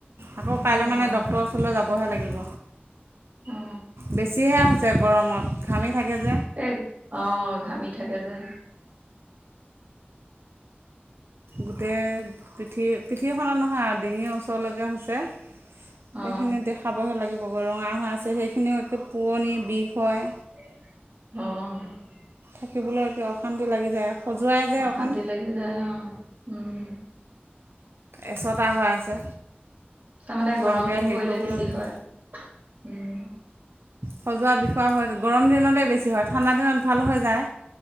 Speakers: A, on the right; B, on the right.
A: আকৌ কাইলে
B: অ
A: মানে ডক্তৰৰ ওচৰলে যাবহে লাগিব।
B: অ
A: বেছিহে হৈছে গৰমত, ঘামি থাকে যে।
B: এ, অ, ঘামি থাকে যে।
A: গোটেই, পিঠি, পিঠিখনৰ নহয় আৰু ডিঙিৰ ওচৰলৈকে হৈছে। সেইখিনি
B: অ
A: দেখাবহে লাগিব ৰঙা হৈ আছে সেইখিনিও একে পুৰণি বিষ হয়।
B: অ',
A: আকিবলৈয়ো অশান্তি লাগি যায়। খজুৱাই যে
B: অশান্তি
A: অকণ
B: লাগি যায়, অ, উম,
A: এচটা হৈ আছে।
B: তাৰমানে
A: ভালকৈ
B: গৰম দিন
A: হেৰি
B: পৰিলে
A: কৰিবলৈ
B: বেছি
A: নহয়
B: হয়, উম,
A: খজোৱাৰ বিষৱা হয় গৰম দিনতে বেছি হয় ঠাণ্ডা দিনত ভাল হৈ যায়।